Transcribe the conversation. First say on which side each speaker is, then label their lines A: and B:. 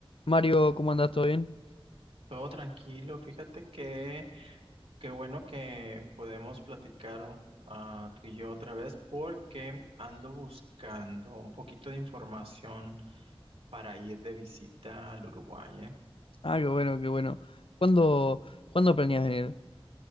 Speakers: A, on the left; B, on the right.
A: Mario, ¿cómo andás? ¿Todo bien?
B: Todo tranquilo, fíjate que qué bueno que podemos platicar ah, tú y yo otra vez porque ando buscando un poquito de información para ir de visita al Uruguay, ¿eh?
A: Ah, qué bueno, qué bueno. ¿Cuándo, cuándo planeas venir?